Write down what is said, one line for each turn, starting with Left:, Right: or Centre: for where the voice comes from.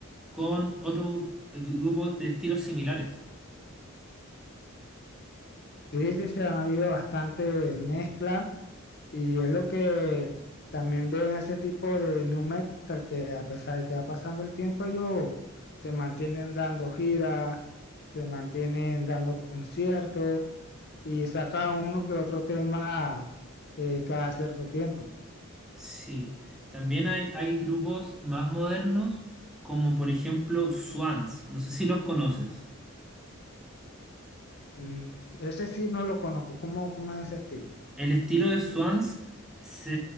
Centre: con otros grupos de estilos similares.
Left: Sí, sí, se ha habido bastante mezcla y es lo que también veo en ese tipo de nu metal, que a pesar de que va pasando el tiempo, ellos se mantienen dando giras, se mantienen dando conciertos y sacan uno que otro tema eh, cada cierto tiempo.
Centre: Sí, también hay, hay grupos más modernos, como por ejemplo Swans. No sé si los conoces.
Left: Mm, ese sí no lo conozco. ¿Cómo, cómo es ese estilo?
Centre: El estilo de Swans se